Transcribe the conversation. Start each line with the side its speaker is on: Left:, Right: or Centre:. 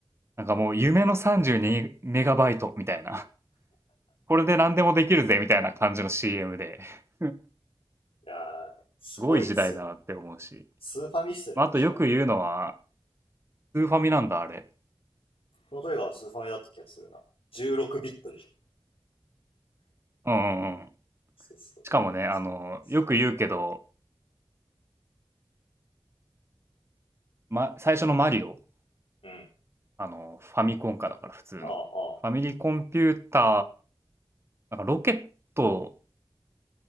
Right: なんかもう、夢の32メガバイトみたいな。<laughs> これで何でもできるぜ、みたいな感じの CM で。<laughs>
Left: いやー、すごいですよね。
Right: すごい時代だなって思うし。
Left: スーファミっすよね、
Right: まあ、あとよく言うのは、
Left: 確か。
Right: スーファミなんだ、あれ。
Left: クロノトリガーはスーファミだった気がするな。16ビットでしょ
Right: うんうんうん。
Left: そうそう。
Right: しかもね、
Left: なんかそんな感じ。
Right: あの、よく言うけど、ま、最初のマリオ、
Left: うん。
Right: あの、ファミコンかだから普通の。
Left: ああ、あ
Right: ファミリーコンピューター、なんかロケットを